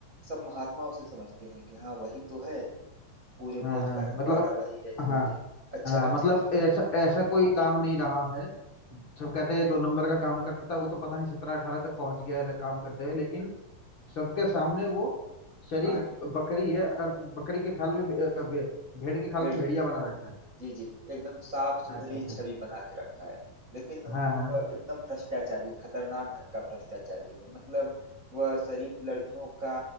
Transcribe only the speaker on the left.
हाँ
हाँ
मतलब
हाँ
हाँ
मतलब
ऐसा
ऐसा कोई काम नहीं रहा है सब कहते हैं ये दो
नंबर का काम करता है वो तो पता नहीं सत्रह अठारह तक पहुंच गया है काम करते हुए लेकिन सबके सामने वो शरीफ
बकरी है और बकरी के खाल में भे, अ, भे, भेड़ के खाल
में भेड़िया बना बैठा है
अच्छा अच्छा
हाँ हाँ